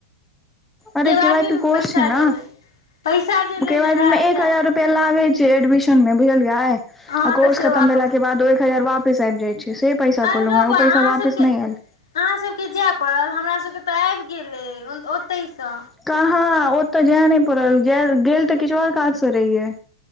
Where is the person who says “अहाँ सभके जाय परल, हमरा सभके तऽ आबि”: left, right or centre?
Left